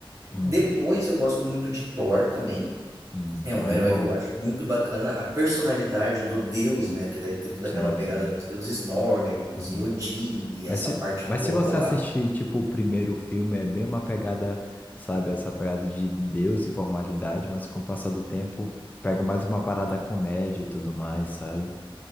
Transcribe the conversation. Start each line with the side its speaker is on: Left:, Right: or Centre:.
Left: uhum.
Right: Depois eu gosto muito de Thor também.
Left: uhum. Então
Right: É um
Left: é
Right: herói
Left: bom.
Right: que eu acho muito bacana a personalidade do deus, né? Que daí tem toda
Left: Sim,
Right: aquela pegada
Left: sim.
Right: dos deuses nórdicos
Left: Uhum.
Right: e Odin e essa
Left: Mas se,
Right: parte
Left: mas
Right: toda
Left: se você
Right: lá.
Left: assistir, tipo, o primeiro filme, é bem uma pegada, sabe, essa pegada de Deus e formalidade, mas com o passar do tempo, pega mais uma parada comédia e tudo mais, sabe?